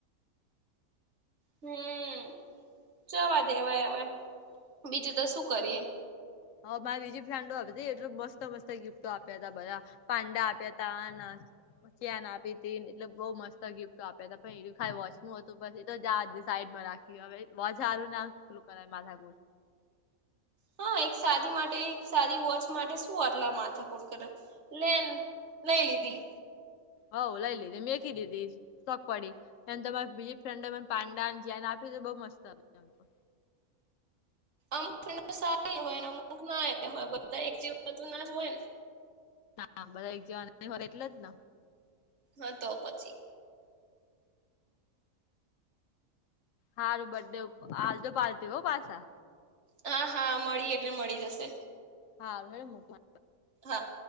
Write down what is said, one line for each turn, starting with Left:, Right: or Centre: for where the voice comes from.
Right: હમ્મ જવા દેવા એવા બીજું તો શું કરીએ.
Left: હ મારી બીજી ફ્રેન્ડો આવી હતી એટ મસ્ત મસ્ત ગિફ્ટો આપ્યા તા બધા. પાંડા આપ્યા ત ચેન આપી તી એટલે બઉુ મસ્ત ગિફ્ટ આપ્યા હતા પણ એ તો ખાલી વોચ નું હતું બસ એટ જ સાઈડમાં રાખી. હવે બજારું ના ખલું કર માધા
Right: હા એક સાદી માટે એક સાદી વોચ માટે શું આટલા માથાકુડ કરે. લે લઈ લીધી.
Left: હવ લઈ લીધી મેં કીધી તી શોખ પડી એ તમારે બીજી ફ્રેન્ડ પાંડા ચેન આપી બઉ મસ્ત આવે.
Right: અમુક સારી હોયને અમુક ના હોય બધા એક જીવતું ના જ હોય ને.
Left: હા બધા એક જેવા એટલે જ ને.
Right: હા તો પછી.
Left: હારું બડે આલજો પાર્ટી હો પાછા
Right: હા હા મળી એટલે મળી જશે
Left: હારુ હેડો મૂકું
Right: હા.